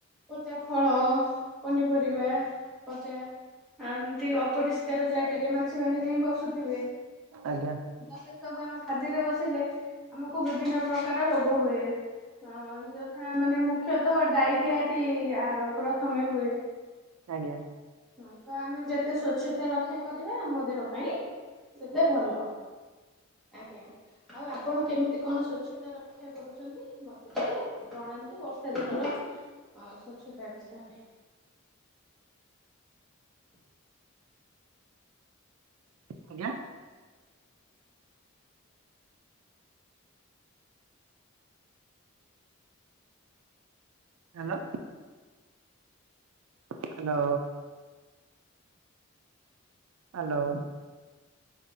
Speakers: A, in the centre; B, on the right.
A: ପଚା ଫଳ ପନିପରିବା ପଚା। ଆମିତି ଅପରିଷ୍କାର ଜାଗାରେ ମାଛି ମାନେ ଯାଇଁ ବସୁଥୁବେ।
B: ଆଜ୍ଞା।
A: <unintelligible> ସବୁ ଆମ ଖାଦ୍ୟରେ ବସିଲେ ଆମକୁ ବିଭିନ୍ନ ପ୍ରକାର ରୋଗ ହୁଏ। ହଁ ଯଥା ମାନେ ମୁଖ୍ୟତଃ ଡାଇରିଆଟି ଆ ପ୍ରଥମେ ହୁଏ।
B: ଆଜ୍ଞା।
A: ହୁଁ ତ ଆମେ ଯେତେ ସ୍ଵଚ୍ଛତା ରକ୍ଷା କରିବା। ଆମ ଦେହ ପାଇଁ ସେତେ ଭଲ ଆଜ୍ଞା ଆଉ ଆପଣ କେମିତି କଣ ସଚ୍ଛତାର କ୍ଷା କରୁଚନ୍ତି। ମତେ ଟିକେ ଜଣାନ୍ତୁ ବର୍ଷା ଦିନର ଅଁ ସ୍ବଚ୍ଛତା ବିଷୟରେ।
B: ଆଜ୍ଞା ହାଲୋ ହାଲୋ। ହାଲୋ।